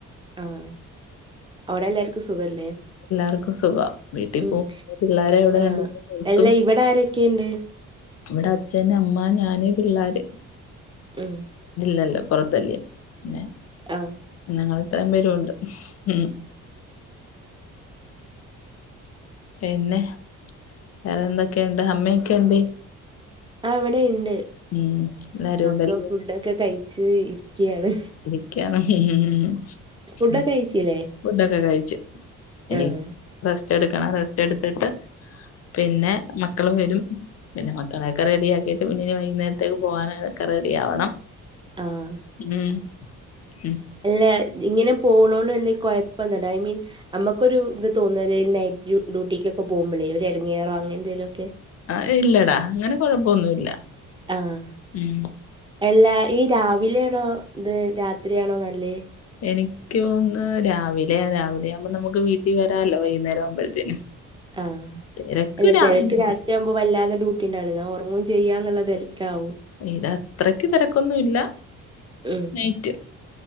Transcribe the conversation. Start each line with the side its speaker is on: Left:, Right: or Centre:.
Right: ആഹ് അവിടെ എല്ലാർക്കും സുഖല്ലേ
Left: എല്ലാർക്കും സുഖം വീട്ടിൽ
Right: ഉം
Left: പോ പിള്ളേരെ ഉവിടെ
Right: ആഹ്
Left: രണ്ടീസം നിർത്തും
Right: അല്ല ഇവിടെ ആരൊക്കെയുണ്ട്
Left: ഇവിടെ അച്ഛന്, അമ്മ, ഞാന് പിള്ളേര്
Right: ഉം
Left: ഇല്ലല്ല പുറത്തല്ലേ പിന്നെ
Right: ആഹ്
Left: ഞങ്ങൾ ഇത്രയും പേരു ഉണ്ട് ഉം പിന്നെ വേറെ എന്തൊക്കെയുണ്ട് അമ്മയൊക്കെ എന്തേ
Right: ആഹ് ഇവിടെ ഇണ്ട്
Left: ഉം എല്ലാരും
Right: ഒക്കെ
Left: ഉണ്ടല്ലേ
Right: ഫുഡ ഒക്കെ കഴച്ച് ഇരികയാണ്
Left: ഇരിക്കാണ് ഹും ഹും
Right: ഫുഡൊക്കെ
Left: ഹും
Right: കഴിച്ചില്ലേ
Left: ഫുഡൊക്കെ കഴിച്ച് ഇനി
Right: ആഹ്
Left: റസ്റ്റ് എടുക്കണം റസ്റ്റ് എടുത്തിട്ട് പിന്നെ മക്കളും വരും പിന്നെ മക്കളെൊക്കെ റെഡി ആക്കിയിട്ട് പിന്നെ ഇനി വൈകുന്നേരത്തേക്ക് പോകാനൊക്കെ റെഡി ആവണം
Right: ആഹ്
Left: ഉം ഉം
Right: അല്ല ഇങ്ങനെ പോണ എ കൊഴപ്പന്ന ഐ മീൻ നമ്മുക്കൊരു ഇത് തോന്നലൽ നൈറ്റ് ഡ്യൂട്ടിക്ക് ഒക്കെ പോകുമ്പളേ ഒര് ഇടങ്ങേറോ അങ്ങനെ എന്തേലും ഒക്കെ
Left: ആഹ് ഇല്ലടാ അങ്ങനെ കൊഴപ്പൊന്നുല്ല
Right: ആഹ്
Left: ഉം
Right: എല്ലാ ഈ രാവിലെയാണോ ഇത് രാത്രിയാണോ നല്ലേ
Left: എനിക്ക് ഒന്ന് രാവിലെയാ രാവിലെ ആകുമ്പോൾ നമുക്ക് വീട്ടിൽ വരാല്ലോ വൈകുന്നേരം ആവുമ്പോഴത്തേന്
Right: ആഹ്
Left: തിരക്ക്
Right: അല്ല
Left: രാവിലെ
Right: ചിലർക്ക് രാത് വുമ്പോ വല്ലാതെ ഡ്യൂട്ടി ഉണ്ടാവൂല ല്ലോ ഉറങ്ങും ചെയ്യാന്നുള്ള തെൽക്കാവും
Left: ഇത് അത്രക്ക് തരക്കൊന്നും ഇല്ല
Right: ഉം
Left: നൈറ്റ്‌